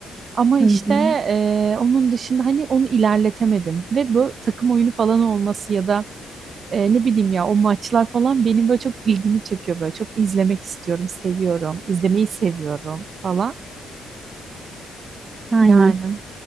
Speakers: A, on the right (about 50°); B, on the right (about 30°).
A: Ama işte
B: Hı hı.
A: e, onun dışında hani onu ilerletemedim ve bu takım oyunu falan olması ya da e, ne bileyim ya o maçlar falan benim böyle çok ilgimi çekiyor böyle çok izlemek istiyorum seviyorum izlemeyi seviyorum falan
B: Aynen.
A: yani